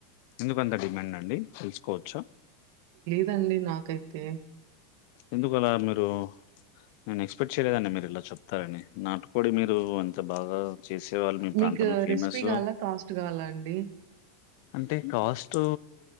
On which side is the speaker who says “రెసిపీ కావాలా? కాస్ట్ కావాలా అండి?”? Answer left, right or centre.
Right